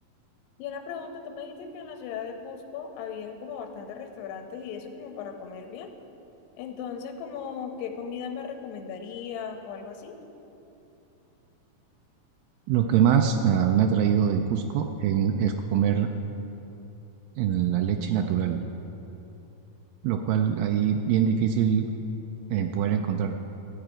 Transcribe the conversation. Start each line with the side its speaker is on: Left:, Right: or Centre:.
Left: Y una pregunta, tú me dijiste que en la ciudad de Cusco había como bastantes restaurantes y eso como para comer bien. Entonces, como qué comida me recomendarías o algo así.
Right: Lo que más ah, me ha traído de Cusco en- es comer en la leche natural, lo cual ahí bien difícil eh, poder encontrar.